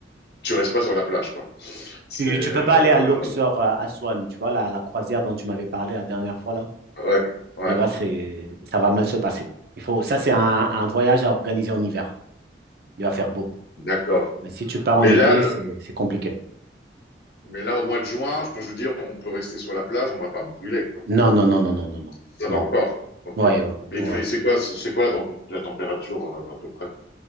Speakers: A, on the left; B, on the right.
A: tu restes pas sur la plage, quoi. C'est,
B: Tu,
A: euh,
B: tu peux pas aller à Luxor, euh, à Aswan, tu vois, la, la croisière dont tu m'avais parlé la dernière fois, là.
A: ouais, ouais,
B: Là-bas, c'est, ça va mal se passer. Il faut, ça, c'est un, un voyage à organiser en hiver. Il va faire beau.
A: d'accord.
B: Mais si tu pars en
A: Mais
B: été,
A: là, le-
B: c'est c'est compliqué.
A: mais là, au mois de juin, je peux je veux dire, on peut rester sur la plage, on va pas brûler, quoi.
B: Non, non, non, non, non, non, non.
A: Ça va
B: Non.
A: encore. Ok.
B: Ouais, ouais.
A: Mais
B: ouais.
A: fait- c'est quoi, c'est c'est quoi la, temp- la température euh, à peu près